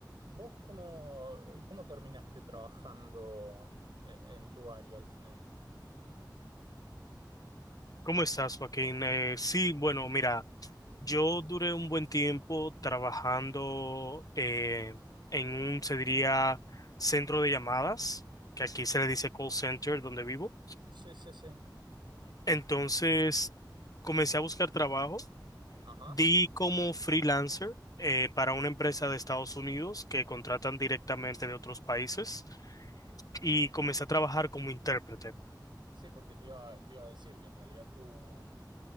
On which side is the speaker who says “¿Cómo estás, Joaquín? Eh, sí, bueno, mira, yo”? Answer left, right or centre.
Left